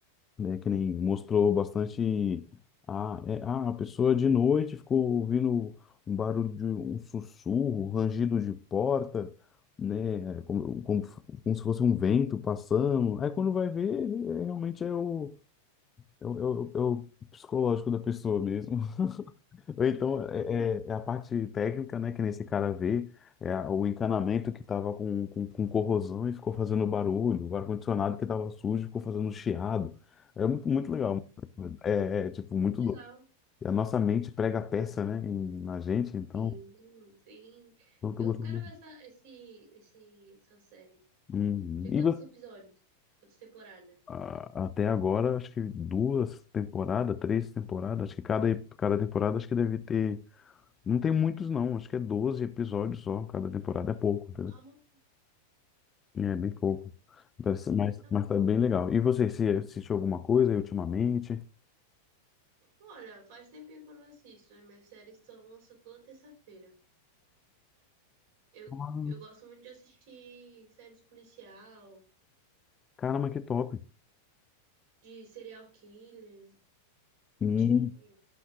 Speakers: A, on the left; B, on the right.
A: Né, Que nem mostrou bastante ah, é, ah, a pessoa de noite ficou ouvindo um barulho de um sussurro, rangido de porta, né? É, Como, como, como se fosse um vento passando. Aí quando vai ver, é, realmente é o, é o, é o é o psicológico da pessoa mesmo. Ou então
B: É, exatamente.
A: é, é- é a parte técnica, né, que nesse cara vê, é a- o encanamento que estava com, com, com corrosão e ficou fazendo barulho, o ar-condicionado que estava sujo ficou fazendo chiado. É muito, muito legal. É, é, tipo, muito
B: Que Legal.
A: doido. E a nossa mente prega a peça, né, em- na gente, então,
B: Sim, sim.
A: então eu tô
B: Eu
A: gostando.
B: quero ver essa, esse, esse, essa série.
A: Uhum.
B: Tem
A: E
B: quantos
A: você-
B: episódios? Quantas temporadas?
A: a- até agora, acho que duas temporadas, três temporadas, acho que cada, ep- cada temporada acho que deve ter. Não tem muitos, não, acho que é 12 episódios só, cada temporada é pouco,
B: Ah,
A: É bem pouco. Deve ser-
B: ah,
A: Mas,
B: mas tá
A: mas
B: bom.
A: tá bem legal. E você, se assistiu alguma coisa aí ultimamente?
B: Olha, faz tempinho que eu não assisto, né? Minhas séries só lançam toda terça-feira. Eu,
A: Ah,
B: eu gosto muito de assistir séries policial,
A: Caramba, que top.
B: de serial killer,
A: Hum.
B: de